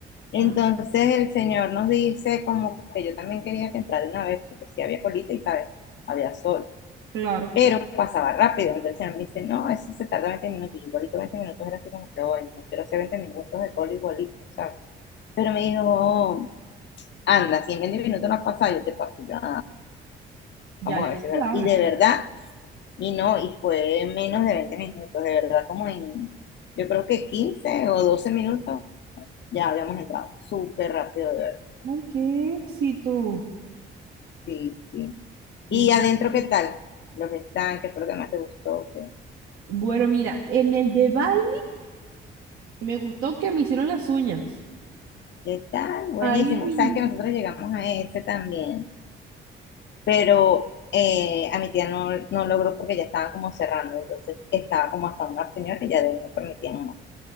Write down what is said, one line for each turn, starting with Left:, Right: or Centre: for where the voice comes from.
Left: Entonces
Right: ah,
Left: el señor nos dice como que yo también quería que entrara de una vez, porque sí había colita y, ¿sabes? Había sol
Right: claro,
Left: pero pasaba rápido. Entonces el señor me dice, no, eso se tarda 20 minutos. Y igualito 20 minutos era así como que, bueno, no quiero hacer 20 minutos de cola igualito, ¿sabes? Pero me dijo, oh, anda, si en 20 minutos no has pasado, yo te paso ya,
Right: ya
Left: vamos
Right: dio
Left: a ver
Right: su
Left: si es
Right: palabra.
Left: verdad. Y de verdad, y no, y fue menos de 20 minutos, de verdad, como en, yo creo que 15 o 12 minutos ya habíamos entrado, súper rápido, de verdad.
Right: Ay, qué éxito.
Left: Sí, sí. Y
Right: Mm,
Left: adentro, ¿qué tal? Los que están, que fue lo que más te gustó? ¿Qué,
Right: Bueno, mira, en el de Balmi me gustó que me hicieron las uñas.
Left: qué tal? Buenísimo.
Right: Ay, mi,
Left: Sabes que nosotros llegamos a ese también, pero eh, a mi tía no, no logró porque ya estaban como cerrando, entonces estaba como hasta una señora y ya de ahí no permitían más.